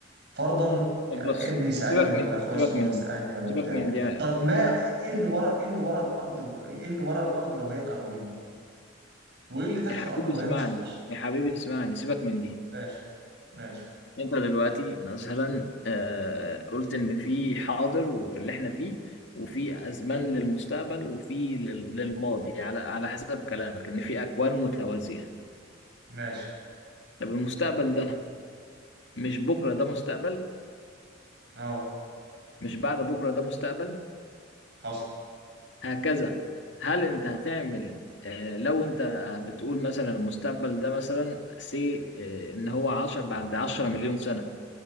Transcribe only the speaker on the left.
طب بص
سيبك
من دي
سيبك
من دي
سيبك
من دي
يا حبيبي
اسمعني
يا حبيبي اسمعني سيبك من دي
انت دلوقتي مثلا آه، قلت ان في حاضر واللي احنا فيه وفي ازمان للمستقبل وفي لل- للماضي على على حسب كلامك ان في اكوان متوازية
طب المستقبل ده مش بكرة ده مستقبل
مش بعد بكرة ده مستقبل
هكذا هل انت هتعمل آه، لو انت بتقول مثلا المستقبل ده مثلا سي آه، ان هو عشر بعد عشرة مليون سنة